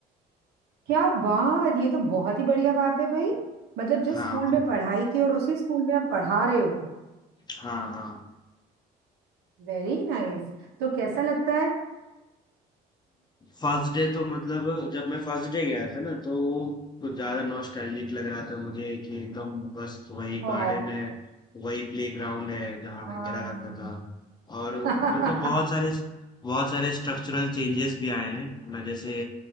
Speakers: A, on the right; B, on the left.
A: क्या बात ये तो बहुत ही बढ़िया बात है भाई मतलब जिस
B: हाँ
A: स्कूल में पढ़ाई की और उसी स्कूल में आप पढ़ा रहे हो
B: हाँ हाँ
A: Very nice nice. तो कैसा लगता है
B: फर्स्ट डे तो मतलब जब मैं फर्स्ट डे गया था ना तो वो कुछ ज्यादा नॉस्टैल्जिक लग रहा था मुझे कि एकदम बस वही
A: ओ
B: गार्डन है वही प्लेग्राउंड है जहाँ
A: हाँ
B: मैं खेला करता था और
A: <laughs>
B: मतलब बहुत सारे बहुत सारे स्ट्रक्चरल चेंजेस भी आए हैं है ना जैसे